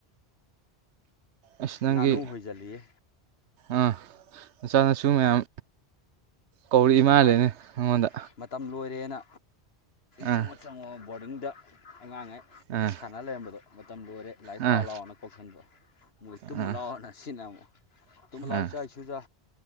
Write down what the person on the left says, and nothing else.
ꯉꯥꯅꯨ ꯍꯣꯏꯖꯜꯂꯤꯌꯦ
ꯎꯝ
ꯃꯥꯏ
ꯃꯇꯝ ꯂꯣꯏꯔꯦꯅ ꯆꯪꯉꯣ
ꯕꯣꯔꯗꯤꯡꯗ ꯑꯉꯥꯡꯉꯩ
ꯁꯥꯟꯅ ꯂꯩꯔꯝꯕꯗꯣ ꯃꯇꯝ ꯂꯣꯏꯔꯦ ꯂꯥꯏꯔꯤꯛ
ꯄꯥꯎ ꯂꯥꯎꯔꯅ ꯀꯧꯁꯟꯗꯔꯣ ꯃꯣꯏ ꯇꯨꯝꯃ
ꯂꯥꯎꯔꯅ ꯁꯤꯟꯅꯔꯝꯃꯣ ꯇꯨꯝꯃ ꯂꯥꯛꯑꯣ
ꯏꯆꯥ ꯏꯁꯨꯖꯥ